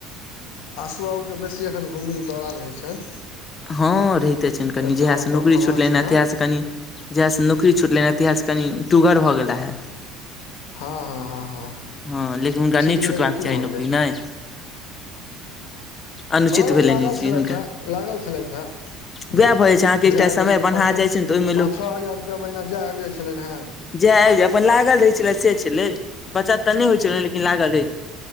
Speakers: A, on the left (about 75°); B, on the left (about 30°).
A: आसू आहूके बेसी एखन हुमीग दौरा रहै छनि
B: हँ रहिते छनि कनि
A: एतऽ
B: जहियासँ
A: ओतऽ
B: नौकरी
A: फल्लाँ
B: छुटलनि
A: चिल्लाँ
B: ह तहियासँ कनि जहियासँ नौकरी छुटले हे तहियासँ कनि टुगर भऽ गेला हे
A: हँ हँ हँ हँ
B: हँ लेकिन हुनका
A: छुटि
B: नहि
A: गेलै
B: छुटबाक
A: तऽ की
B: चाही
A: भऽ
B: नौकरी
A: गेलै
B: नाए अनुचित
A: हँ
B: भेलनि
A: लागल
B: ई चीज
A: छेलैथ
B: हुनका
A: ह लागल छेलैथ जाय
B: वएह भऽ जाइ छै अहाँके एकटा
A: आबि
B: समय
A: जाइ छलै
B: बन्हा
A: पाच
B: जाइ
A: छ
B: छै ने तऽ ओहिमे लोक
A: पाच छओ हजार रुपआ महीना जाय आबि जाइ छलै हे
B: जे आबि जाय अपन लागल रहे छले से छलै बचत तऽ नहि होइ छल लेकिन लागल रहै